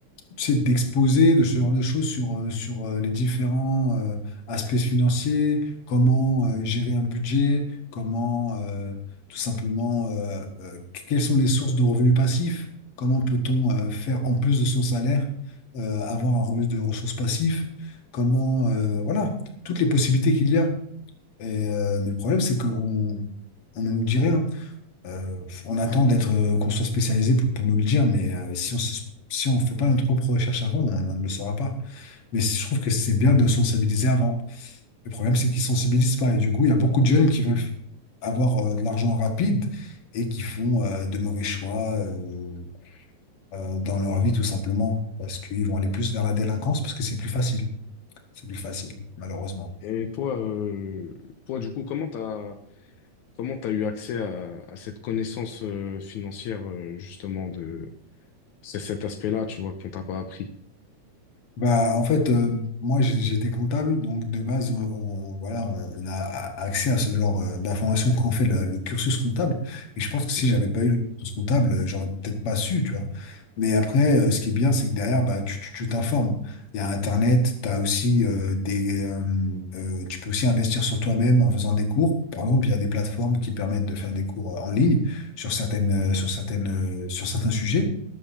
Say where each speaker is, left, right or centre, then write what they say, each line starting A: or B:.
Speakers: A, on the left; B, on the left.
A: c'est d'exposer de ce genre de choses sur, euh, sur euh, les différents euh, aspects financiers, comment euh, gérer un budget, comment euh, tout simplement, euh, euh, quelles sont les sources de revenus passifs, comment peut-on euh, faire en plus de son salaire, euh, avoir un revenu de ressources passives, comment, euh, voilà, toutes les possibilités qu'il y a. Et, euh, mais le problème, c'est qu'on on ne nous dit rien. Euh, on attend d'être euh, qu'on soit spécialisé pour, pour nous le dire, mais euh, si on se- si on fait pas notre propre recherche avant, on, on ne le saura pas. Mais je trouve que c'est bien de sensibiliser avant. Le problème, c'est qu'ils sensibilisent pas. Et du coup, il y a beaucoup de jeunes qui veulent avoir euh, de l'argent rapide et qui font euh, de mauvais choix euh, euh, dans leur vie, tout simplement, parce qu'ils vont aller plus vers la délinquance, parce que c'est plus facile. C'est plus facile, malheureusement.
B: Et toi, euh, toi, du coup, comment t'as, comment t'as eu accès à, à cette connaissance euh, financière, euh, justement, de c'est cet aspect-là, tu vois, qu'on t'a pas appris.
A: Bah, en fait, euh, moi j'ai- j'étais comptable, donc de base, on, on- voilà, on, on a accès à ce genre euh, d'informations quand on fait le, le cursus comptable. Et je pense que si
B: Ok?
A: j'avais pas eu le cursus comptable, euh, j'aurais peut-être pas su, tu vois. Mais après, euh, ce qui est bien, c'est que derrière, bah, tu tu- tu t'informes. Il y a Internet, t'as aussi euh, des, euh, euh, tu peux aussi investir sur toi-même en faisant des cours. Par exemple, il y a des plateformes qui permettent de faire des cours euh, en ligne sur certaines, euh, sur certaines, euh, sur certains sujets.